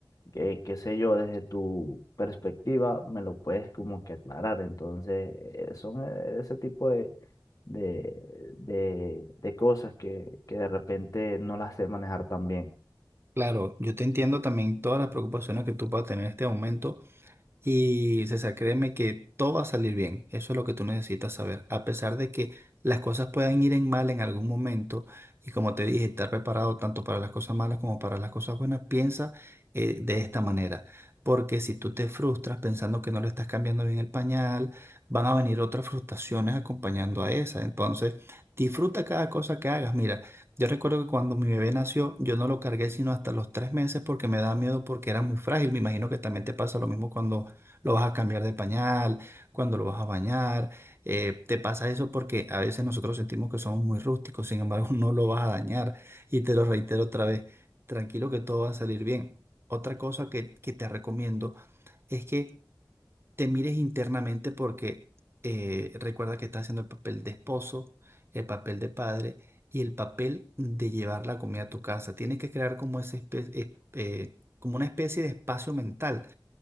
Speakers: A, on the left; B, on the right.
A: que, qué sé yo, desde tu perspectiva me lo puedes como que aclarar. Entonces, eh, son eh, ese tipo de, de, de, de cosas que, que de repente no las sé manejar tan bien.
B: Claro, yo te entiendo también todas las preocupaciones que tú puedas tener en este momento. Y César, créeme que todo va a salir bien. Eso es lo que tú necesitas saber. A pesar de que las cosas puedan ir en mal en algún momento, y como te dije, estar preparado tanto para las cosas malas como para las cosas buenas, piensa eh, de esta manera. Porque si tú te frustras pensando que no le estás cambiando bien el pañal, van a venir otras frustraciones acompañando a esa. Entonces, disfruta cada cosa que hagas. Mira, yo recuerdo que cuando mi bebé nació, yo no lo cargué sino hasta los tres meses porque me da miedo porque era muy frágil. Me imagino que también te pasa lo mismo cuando lo vas a cambiar de pañal, cuando lo vas a bañar. eh, te pasa eso porque a veces nosotros sentimos que somos muy rústicos, sin embargo <laughs> no lo vas a dañar. Y te lo reitero otra vez, tranquilo que todo va a salir bien. Otra cosa que, que te recomiendo es que te mires internamente porque eh, recuerda que estás haciendo el papel de esposo, el papel de padre y el papel de llevar la comida a tu casa. Tienes que crear como, ese espe- eh, eh, como una especie de espacio mental